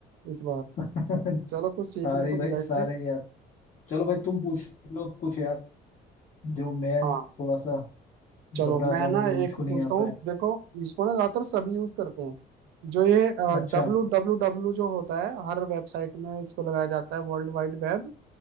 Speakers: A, on the right; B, on the left.
A: इस बार
B: हाँ। <laughs>
A: चलो कुछ सीखने
B: सारे
A: को
B: भाई
A: मिला
B: सारे
A: इससे
B: यार चलो भाई तुम पूछ लो अब कुछ यार जो मैं
A: हाँ
B: थोड़ा सा घबरा
A: चलो मैं
B: जाऊं
A: ना
B: जो मुझको
A: एक
B: नहीं
A: पूछता
B: आता
A: हूँ
B: है
A: देखो इसको ना ज्यादातर सभी यूज करते हैं जो ये
B: अच्छा
A: डब्लू डब्लू डब्लू जो होता है हर वेबसाइट में इसको लगाया जाता है वर्ल्ड वाइड वेब